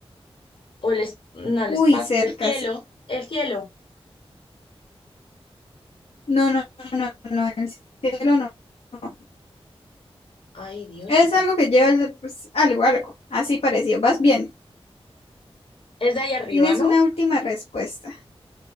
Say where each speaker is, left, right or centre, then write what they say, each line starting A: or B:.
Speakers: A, on the left; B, on the left.
A: O el, es- no, el
B: Uy,
A: espacio,
B: cerca.
A: el cielo,
B: se-
A: el cielo.
B: No, no, no, no, el cielo no. no.
A: Ay, Dios,
B: Es
A: sí que
B: algo
A: sí.
B: que lleva el- pues, algo, algo. Así parecido. Vas bien.
A: Es de ahí arriba,
B: Tienes
A: ¿no?
B: una última respuesta.